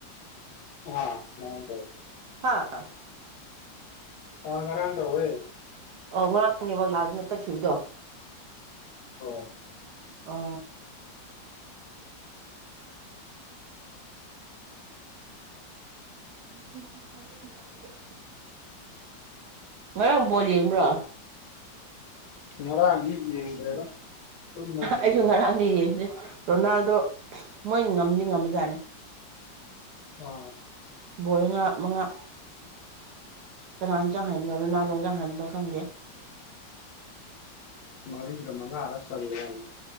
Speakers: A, on the left (about 75°); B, on the right (about 70°).
A: ꯑ ꯃ ꯇꯦ
B: ꯑ
A: ꯑ ꯉꯔꯝ ꯇ ꯑꯣꯏꯌꯦ
B: ꯑ ꯉꯔꯥꯡꯅꯦꯕ ꯂꯥꯛꯗꯅ ꯇꯛꯈꯤꯕꯗꯣ
A: ꯑꯣ
B: ꯑ ꯎ ꯉꯔꯥꯡꯕꯣ ꯌꯦꯡꯕ꯭ꯔꯥ
A: ꯉꯔꯥꯡꯗꯤ ꯌꯦꯡꯗ꯭ꯔꯦꯗ ꯇꯨꯝꯕꯩ ꯉꯝꯃꯗ
B: ꯑꯩꯁꯨ ꯉꯔꯥꯡꯗꯤ ꯌꯦꯡꯗꯦ ꯔꯣꯅꯥꯜꯗꯣ ꯃꯣꯏꯅꯤ ꯉꯝꯗꯤ ꯉꯝꯃꯤꯖꯠꯅꯤ
A: ꯍ
B: ꯣꯉ ꯃꯉꯥ ꯀꯅꯥꯝꯇꯥꯡ ꯍꯥꯏꯕꯅꯣ ꯂꯣꯅꯥꯂꯣꯟꯣꯟ ꯆꯥꯡ ꯍꯥꯏꯕꯅꯣ ꯈꯪꯗꯦ
A: ꯃꯗꯤꯒ꯭ꯔ ꯃꯥꯒ ꯑꯔꯁꯨꯔ